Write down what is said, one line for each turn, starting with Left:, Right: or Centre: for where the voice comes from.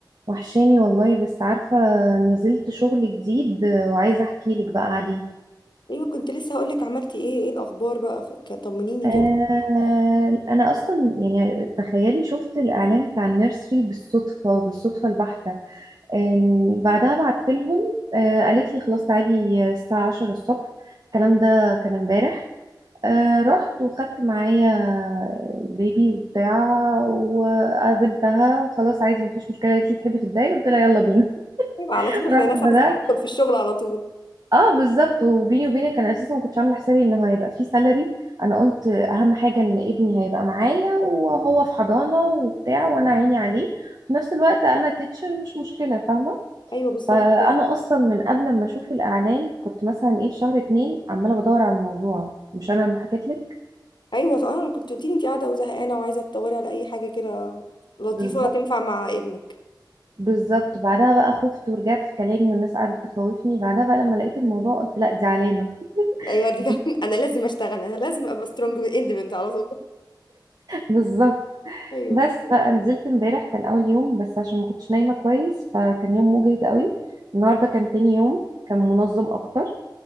Right: وحشاني والله بس عارفة نزلت شغل جديد وعايزة احكي لك بقى عليه
Left: ايوه كنت لسه هقولك عملتي ايه ايه الاخبار بقى خ- ك- طمنيني
Right: آه
Left: كده
Right: انا اصلا يعني تخيلي شفت الاعلان بتاع النيرسري بالصدفة بالصدفة البحتة آم، بعدها بعت لهم آه قالت لي خلاص تعالي الساعة 10 الصبح الكلام ده كان امبارح آه رحت وخدت معايا البيبي وبتاع وقابلتها خلاص عايزة مفيش مشكلة قالت لي تحبي تبداي قلت لها يلا بينا
Left: يبقى على
Right: <laughs>
Left: طول احنا
Right: رحت
Left: ناس
Right: بدأت
Left: عايزين ندخل في الشغل على طول
Right: اه بالظبط وبيني وبينك انا اساسا ما كنتش عامله حسابي انه هيبقى فيه سالري انا قلت اهم حاجه ان ابني هيبقى معايا وهو في حضانه وبتاع وانا عيني عليه في نفس الوقت انا تيتشر مش مشكله فاهمه
Left: ايوه بالظبط
Right: فانا
Left: كده
Right: اصلا من قبل ما اشوف الاعلان كنت مثلا ايه في شهر اتنين عماله بدور على الموضوع مش انا لما حكيت لك
Left: ايوه صح. انا كنت قلتيلي انت قاعده وزهقانه وعايزه تدوري على اي حاجه كده لطيفه
Right: بالظبط
Left: تنفع مع ابنك
Right: بالظبط بعدها بقى خفت ورجعت في كلامي والناس قعدت تخوفني بعدها بقى لما لقيت الموضوع قلت لا دي علامه
Left: ايوه
Right: <laughs>
Left: دي
Right: دي
Left: <laughs> انا لازم اشتغل انا لازم ابقى سترونج اندبندنت على طول
Right: بالظبط
Left: ايوه
Right: بس بقى نزلت امبارح كان اول يوم بس عشان ما كنتش نايمه كويس فكان يوم مجهد قوي النهارده كان تاني يوم كان منظم اكتر